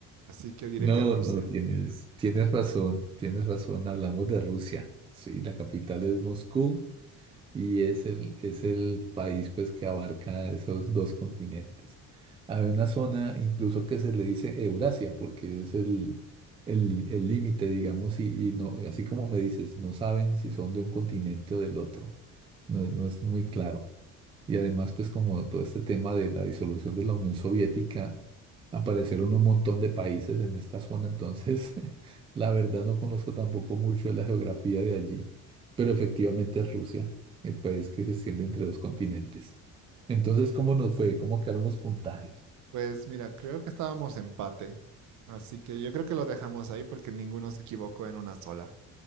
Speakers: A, on the right; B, on the right.
A: Así que diré
B: No,
A: que es Rusia.
B: no, tienes, tienes razón, tienes razón. Hablamos de Rusia. Sí, la capital es Moscú y es el, es el país pues, que abarca esos dos continentes. Hay una zona incluso que se le dice Eurasia porque es el, el, lí- el límite, digamos, y, y no, así como me dices, no saben si son de un continente o del otro. No, no es muy claro. Y además, pues como todo este tema de la disolución de la Unión Soviética, aparecieron un montón de países en esta zona, entonces <laughs> la verdad no conozco tampoco mucho de la geografía de allí, pero efectivamente es Rusia, el país que se extiende entre dos continentes. Entonces, ¿cómo nos fue? ¿Cómo quedaron los puntajes?
A: Pues mira, creo que estábamos empate. Así que yo creo que lo dejamos ahí porque ninguno se equivocó en una sola.